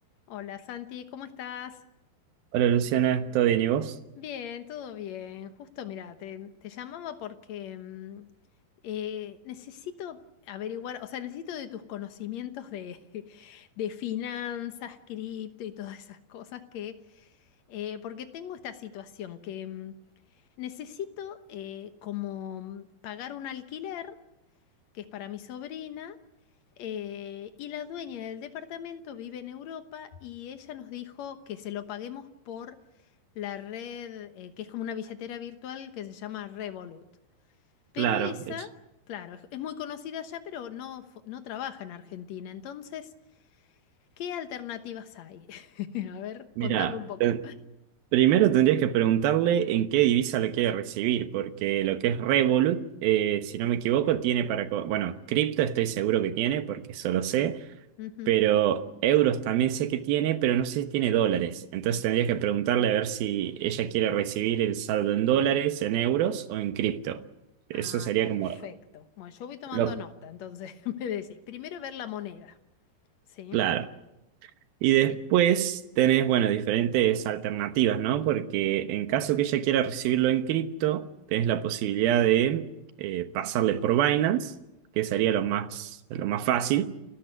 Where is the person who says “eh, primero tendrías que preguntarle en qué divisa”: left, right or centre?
Right